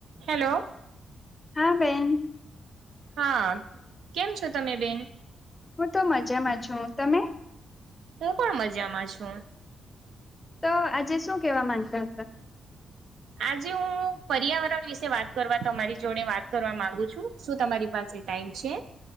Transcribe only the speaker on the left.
હા બેન.
હું તો મજામાં છું તમે.
તો આજે શું કેવા માંગતા હતા.